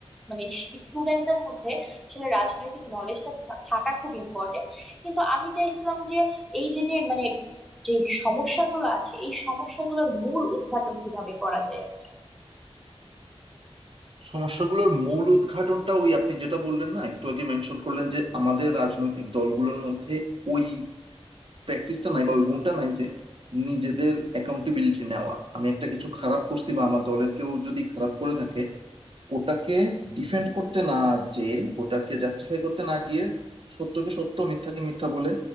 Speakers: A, in the centre; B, on the right.
A: মানে স্টুডেন্টদের মধ্যে আসলে রাজনৈতিক নলেজটা থাকা খুব ইম্পর্টেন্ট কিন্তু আমি চাইছিলাম যে এই যে যে মানে যে সমস্যাগুলো আছে এই সমস্যাগুলোর মূল উদ্ঘাটন কিভাবে করা যায় আর কি
B: সমস্যাগুলোর মূল উদ্ঘাটনটা ওই আপনি যেটা বললেন না একটু আগে মেনশন করলেন যে আমাদের রাজনৈতিক দলগুলোর মধ্যে ওই প্র্যাকটিসটা নাই বা ওই গুণটা নাই যে নিজেদের অ্যাকাউন্টেবিলিটি নেওয়া আমি একটা কিছু খারাপ করছি বা আমার দলের কেউ যদি খারাপ করে থাকে ওটাকে ডিফেন্ড করতে না যে ওটাকে জাস্টিফাই করতে না গিয়ে সত্যকে সত্য মিথ্যাকে মিথ্যা বলে